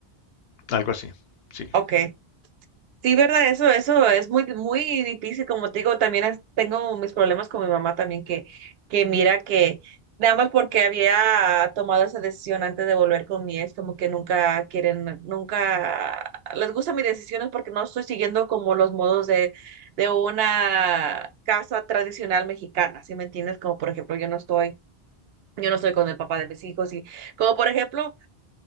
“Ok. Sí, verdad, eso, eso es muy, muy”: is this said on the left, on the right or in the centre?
Right